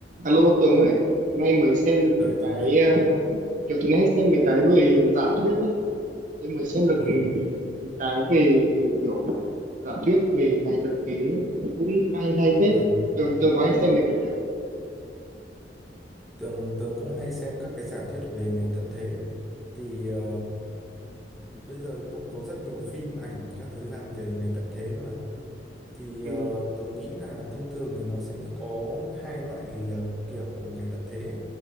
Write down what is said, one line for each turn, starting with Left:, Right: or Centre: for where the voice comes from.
Right: Alo Tường ơi, nay mới xem được
Centre: Ơi
Right: mấy
Centre: Tường
Right: cái
Centre: ơi,
Right: ờ, kiểu tôi hay xem mấy cái về giả thuyết ấy, tôi mới xem được
Centre: ừ,
Right: một cái về kiểu giả thuyết về ngày thực tế ấy. cũng hay hay phết.
Centre: ừ.
Right: Tường Tường có hay xem mấy cái đấy không?
Centre: Tường, Tường cũng hay xem các cái giả thuyết về ngày tận thế. Thì ờ, bây giờ cũng có rất nhiều phim ảnh các thứ làm về ngày tận thế mà. Thì
Right: Ừ,
Centre: ờ, Tường nghĩ là thông thường thì nó sẽ có hai loại ờ, kiểu ngày tận thế. ấy.